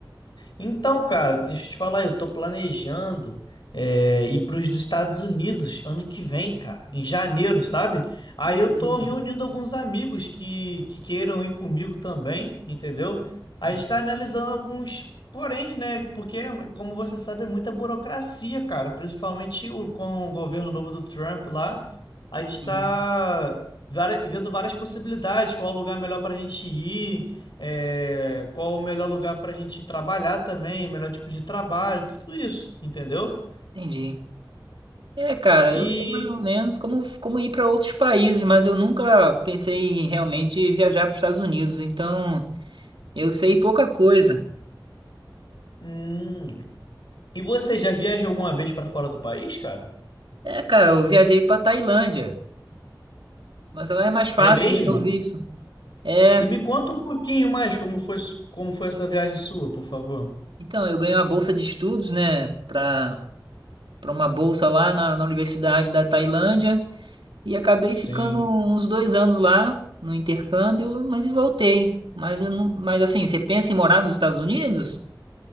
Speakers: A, on the left; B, on the right.
A: Então, cara, deixa eu te falar, eu tô planejando é, ir para os Estados Unidos ano que vem, cara, em janeiro, sabe? Aí
B: Que beleza.
A: eu tô reunindo alguns amigos que, que queiram ir comigo também, entendeu? A
B: Uhum,
A: gente tá analisando alguns porém, né? Porque, como você sabe, é muita burocracia, cara, principalmente o, com o governo novo do Trump lá. A gente
B: uhum.
A: tá vari- vendo várias possibilidades, qual lugar melhor pra gente ir é, qual o melhor lugar para a gente trabalhar também, melhor tipo de trabalho, tudo isso, entendeu?
B: Entendi. É, cara,
A: E,
B: eu sei mais ou menos como, como ir para outros países, mas eu nunca pensei em realmente viajar para os Estados Unidos, então eu sei pouca coisa.
A: hum, e você já viajou alguma vez para fora do país, cara?
B: É, cara, eu viajei para Tailândia. Mas lá é mais fácil
A: É mesmo?
B: obter o visto. É,
A: E me conta um pouquinho mais como foi, su- como foi essa viagem sua, por favor.
B: então, eu ganhei uma bolsa de estudos, né, para para uma bolsa lá na, na Universidade da Tailândia e acabei
A: Sim.
B: ficando uns dois anos lá no intercâmbio, mas e voltei. Mas, eu não, mas assim, você pensa em morar nos Estados Unidos?